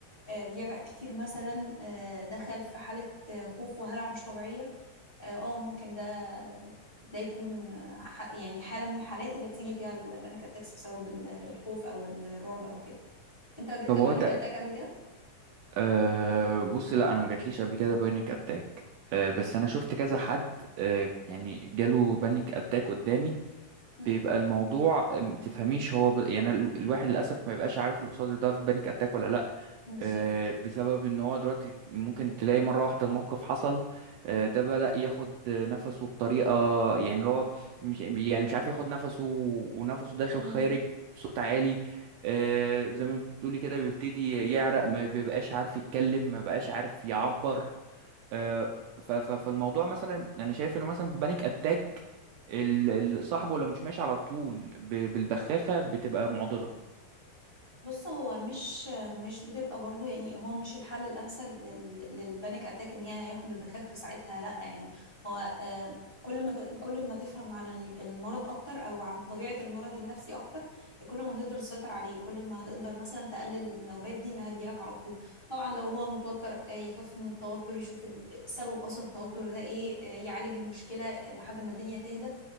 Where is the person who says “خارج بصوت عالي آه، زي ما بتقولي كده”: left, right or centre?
Right